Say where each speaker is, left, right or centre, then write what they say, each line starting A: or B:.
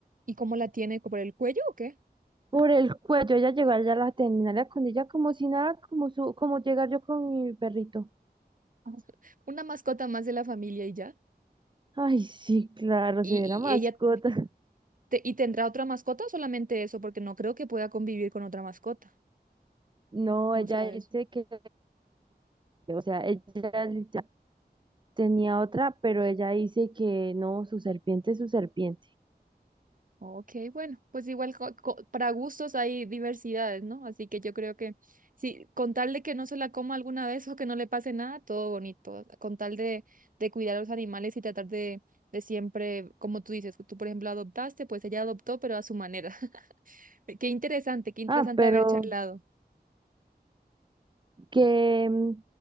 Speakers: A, on the right; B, on the right.
A: ¿Y cómo la tiene? ¿Por el cuello o qué?
B: por el cuello. Ella llegó allá a la terminal de Acondilla como si nada, como su, como llegar yo con mi perrito.
A: Ajá. Una mascota más de la familia y ya.
B: Ay, sí, claro,
A: ¿Y,
B: si era mascota.
A: y ella
B: <laughs>
A: te- y tendrá otra mascota o solamente eso? Porque no creo que pueda convivir con otra mascota,
B: No,
A: ¿no
B: ella
A: sabes?
B: dice que, o sea, ella literal tenía otra, pero ella dice que no, su serpiente es su serpiente.
A: Ok, bueno, pues igual co- co- para gustos hay diversidades, ¿no? Así que yo creo que sí, con tal de que no se la coma alguna vez o que no le pase nada, todo bonito. Con tal de, de cuidar a los animales y tratar de, de siempre, como tú dices, tú por ejemplo adoptaste, pues ella adoptó, pero a su manera. <laughs> Qué interesante, qué interesante
B: Ah, pero
A: haber charlado.
B: que, mm,